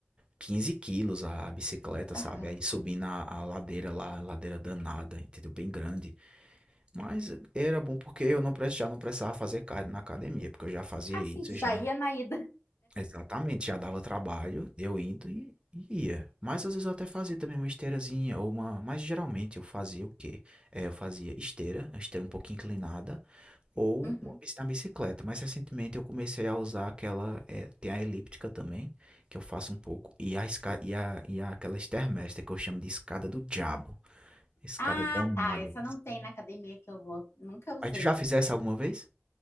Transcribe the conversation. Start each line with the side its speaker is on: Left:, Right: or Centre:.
Right: 15 quilos a a bicicleta, sabe?
Left: Aham.
Right: Aí subindo a, a ladeira lá, a ladeira danada, entendeu? Bem grande. Mas era bom porque eu não, pre- já não precisava fazer cardio na academia, porque eu já fazia
Left: Ah,
Right: isso,
Left: sim, tu
Right: já
Left: já ia na ida.
Right: Exatamente, já dava trabalho, eu indo e, e ia. Mas às vezes eu até fazia também uma esteirazinha ou uma. Mas geralmente eu fazia o quê? É, eu fazia esteira, a esteira um pouquinho inclinada, ou
Left: Uhum.
Right: uma bici- na bicicleta. Mas recentemente eu comecei a usar aquela. é, tem a elíptica também, que eu faço um pouco, e a, esca... e a, e a aquela stairmaster que eu chamo de escada do diabo. Escada
Left: Ah,
Right: danada.
Left: tá. Essa não tem na academia que eu vou. Nunca usei.
Right: Mas tu já fizesse alguma vez?